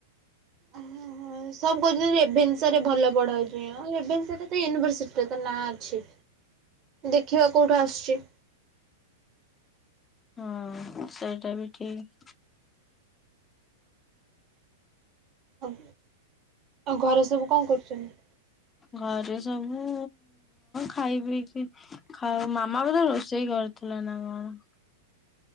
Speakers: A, on the right; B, on the left.
A: ଓହୋ ସବୁ କହୁଛନ୍ତି ରେଭେନ୍ସାରେ ଭଲ ପଢାଉଛି ରେଭେନ୍ସା ତ ୟୁନିଭରସିଟି <unintelligible> ନାଁ ଅଛି ଦେଖିବା କୋଉଠୁ ଆସୁଛି?
B: ହଁ ସେଇଟା ବି ଠିକ।
A: ଆଉ ଆଉ ଘର ସବୁ କଣ କରୁଛନ୍ତି?
B: ଘରେ ସବୁ ଖାଇ ପିଇଛି। ଖାଉ ମାମା ବି ତ ରୋଷେଇ କରିଥିଲେ ନା କଣ?